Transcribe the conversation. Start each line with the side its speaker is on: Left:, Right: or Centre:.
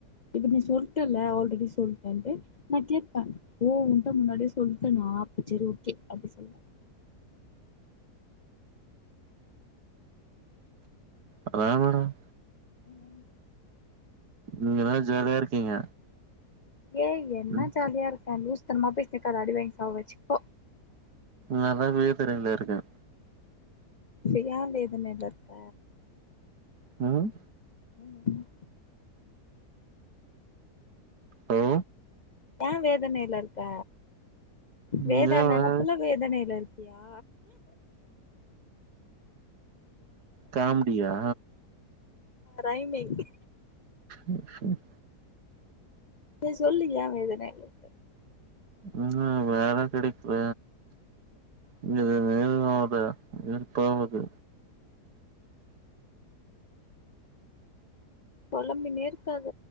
Left: இப்ப நீ சொல்ட்டல்ல ஆல்ரெடி சொல்ட்டன்ட்டு நா கேப்பே ஓ உன்ட்ட முன்னாடியே சொல்டனா அப்ப சரி ஓகே அப்டி சொல்வே
Right: அதா மேடம்
Left: ம்
Right: நீங்கதா ஜாலியா இருக்கீங்க
Left: ஏய் என்ன
Right: ம்
Left: ஜாலியா இருக்கே லூஸ்தனமா பேசிற்காத அடி வாங்கி சாவச்சு போ
Right: நாலா <unintelligible> இருக்கே
Left: சரியான இது மேல இருக்க
Right: ம்
Left: ம்
Right: ஹலோ
Left: ஏ வேதனேல இருக்க
Right: இங்க
Left: வேதா நெனப்புல
Right: வா
Left: வே வேதனேல இருக்கியா
Right: காமடியா
Left: ரைமிங்
Right: உம் உம்
Left: சரி சொல்லு ஏ வேதனேல
Right: ம் வேல கெடக்கல இங்க <unintelligible> வெறுப்பாவுது
Left: பொலம்பினே இருக்காத